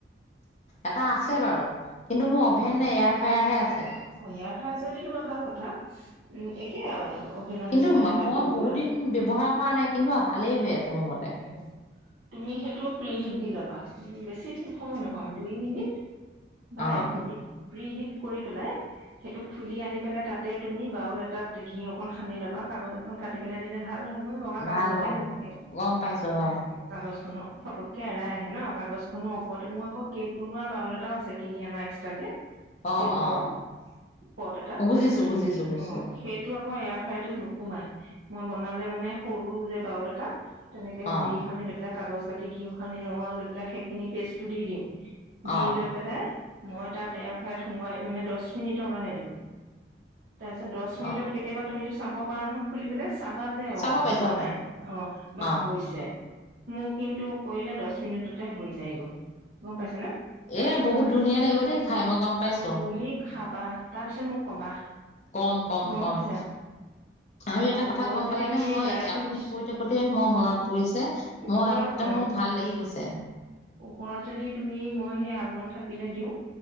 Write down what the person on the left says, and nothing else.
এটা আছে বাৰু কিন্তু মোৰ অভেন
নাই, এয়াৰ ফেয়াৰ হে আছে।
কিন্তু
মই
বহুত দিন ব্যৱহাৰ কৰা নাই কিন্তু আৰু ভালেই হৈ আছে মোৰ মতে।
অ
ভাল ভাল
ভাল
গম পাইছো হয়
অ
অ
বুজিছো
বুজিছো বুজিছো
অ
অ
অ
চাব
পাৰি
চাব
পাৰি
অ
এ বহুত ধুনীয়া লাগিব দেই খাই মই গম পাইছোঁ।
কম, কম,
কম।
আৰু এটা কথা
গম
পালা
নে? মই
আপুনি কৈতে কোতে মই মনত পৰিছে,
মই একদম
মোৰ ভাল লাগি গৈছে।